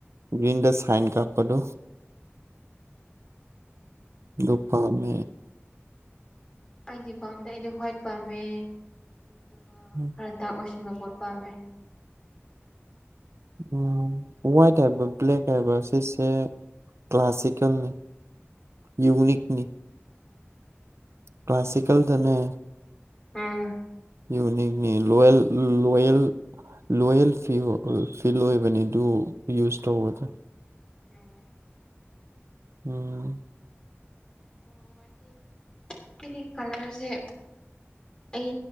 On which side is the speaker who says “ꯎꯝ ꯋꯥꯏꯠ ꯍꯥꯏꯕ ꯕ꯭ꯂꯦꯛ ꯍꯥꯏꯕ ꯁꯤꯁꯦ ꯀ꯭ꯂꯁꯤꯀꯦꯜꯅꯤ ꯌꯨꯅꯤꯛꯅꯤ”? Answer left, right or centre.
Right